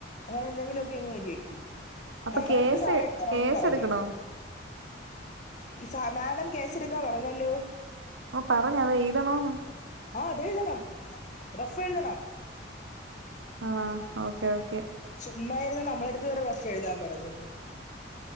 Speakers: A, on the left (about 40°); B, on the right (about 80°).
A: അങ്ങനെ എന്തെങ്കിലും ഒക്കെ ഇങ്ങ് എരിവെക്കി.
B: അപ്പൊ
A: നമ്മളെട്ത്ത്
B: കേസ്
A: സാറ് എത്തണോന്ന്
B: കേസ്
A: പറഞ്ഞു.
B: എടുക്കണോ
A: ഇസ മാഡംകേസ്ടുക്ക പറഞ്ഞല്ലോ.
B: ഓ പറഞ്ഞ് അവ എഴുതണോന്ന്?
A: ആ അതെഴുതണം റഫ് എഴ്തണം.
B: ആണോ ഓക്കെ ഓക്കെ
A: ചുമ്മായിര്ന്ന നമ്മളെട്ത്ത് വരെ റഫ് എഴുതാൻ പറഞ്ഞ്ക്ക്ണു.